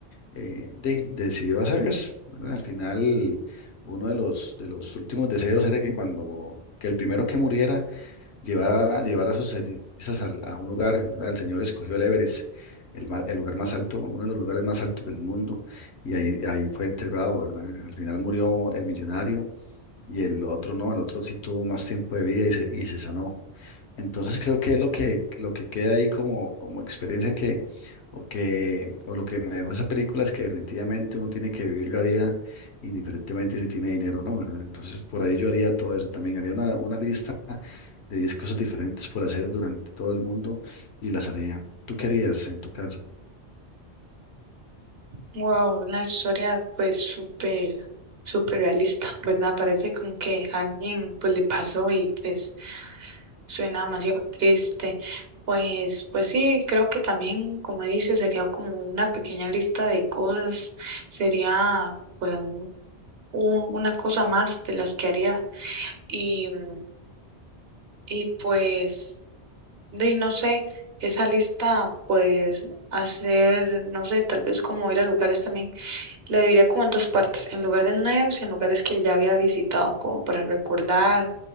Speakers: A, on the left; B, on the right.
A: eh, de- decidió hacerlas, ¿verdad? Al final, uno de los, de los últimos deseos era que cuando, que el primero que muriera, llevar, llevar a sus cenizas al- a un lugar, ¿verdad? El Señor escogió el Everest, el, ma- el lugar más alto, uno de los lugares más altos del mundo, y ahí, ahí fue enterrado, ¿verdad? Al final murió el millonario y el otro no, el otro sí tuvo más tiempo de vida y se, y se sanó. Entonces creo que es lo que, lo que queda ahí como, como experiencia que o, que, o lo que me dejó esa película es que definitivamente uno tiene que vivir la vida indiferentemente si tiene dinero o no, ¿verdad? Entonces por ahí yo haría todo eso también, haría una, una lista de 10 cosas diferentes por hacer durante todo el mundo y las haría. ¿Tú qué harías en tu caso?
B: Wow, una historia pues súper, súper realista, ¿verdad? Parece como que a alguien pues le pasó y pues Suena demasiado triste. Pues, pues sí, creo que también, como dices, sería como una pequeña lista de cosas, sería pues un- una cosa más de las que haría. Y, mm, y pues, de, no sé, esa lista, pues hacer, no sé, tal vez como ir a lugares también, la dividiría como en dos partes, en lugares nuevos y en lugares que ya había visitado, como para recordar